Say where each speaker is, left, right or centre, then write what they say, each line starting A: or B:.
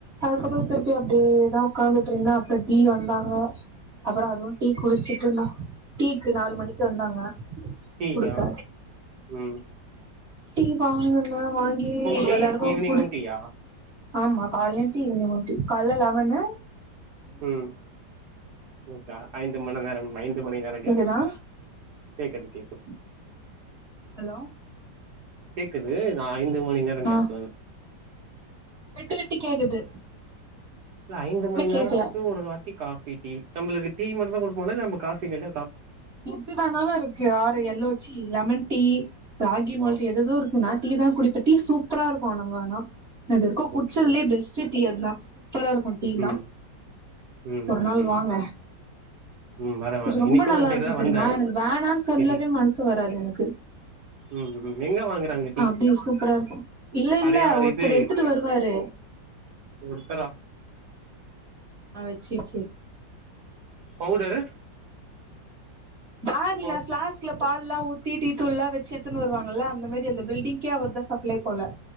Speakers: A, on the right (about 35°); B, on the right (about 65°).
A: அதுக்கப்புற திருப்பி அப்டியேதா உட்காந்துட்டு இருந்தா அப்புற தீ வந்தாங்க அப்புற அதுவு டீ குடிச்சிட்டுன்னு டீக்கு நாலு மணிக்கு வந்தாங்க
B: டீகா
A: குடுக்க
B: உம்
A: டீ வாங்கன வாங்கி
B: டீ
A: எல்லாருக்கு
B: ஈவினிங்கும்
A: குடுத்
B: டீயா
A: ஆமா காலயு டீ ஈவினிங் டீ கால்ல இலெவனு
B: உம் ஓகே ஐந்து மனநெறம் ஐந்து மணிநேரங்க
A: கேக்குதா
B: கேக்குது கேக்குது
A: ஹலோ
B: கேக்குது நா ஐந்து ம நேர
A: ஆ
B: கேப்
A: விட்டு விட்டு கேக்குது
B: இல்ல ஐந்து
A: ஒண்ணுமே
B: மணி நேரத்துக்கு
A: கேக்கல
B: ஒரு வாட்டி காபி டீ நம்மளுக்கு டீ மட்டுதா குடுப்பாங்கள நம்ம காபி கேட்ட
A: எது வேணாலு இருக்கு ஆறு எல்லோச்சி lemon tea ragi malt
B: okay
A: எதேதோ இருக்கு நா டீ தா குடிப்ப சூப் சூப்பரா இருக்கு அங்க ஆனா இதுவரைக்கு
B: ஓகே
A: குடிச்சதுலயே
B: ஓகே
A: பெஸ்ட் டீ அத சூப்பரா இருக்கு டீல
B: ம் ம்
A: ஒரு
B: ம்
A: நாள்
B: ம்
A: வாங்க
B: ம் வரே வரே
A: ரொம்ப
B: இன்னைக்கூட
A: நல்லாருக்கு
B: அந்த சைடு தா
A: தெரியுமா
B: வந்தே
A: எனக்கு வேணானு சொல்லவே
B: செரி
A: மனசு வராது எனக்கு
B: ம் ம் எங்க வாங்குறாங்க டீ
A: அப்டி சூப்பரா இருக்கு இல்ல இல்ல
B: அடையார்
A: ஒருத்தர்
B: இது
A: எடுத்துட்டு வருவாரு
B: ஒருத்தரா
A: ஆ வச்சு வச்சு
B: பவுடரு
A: பேக்ல
B: ஓ
A: பிளாஸ்க்ல பால்லா ஊத்தி டீ தூள்லா வச்சு எடுதுன்னு வருவாங்கள அந்த மாரி அந்த பில்டிங்க்கே அவர்தா சப்ளை போல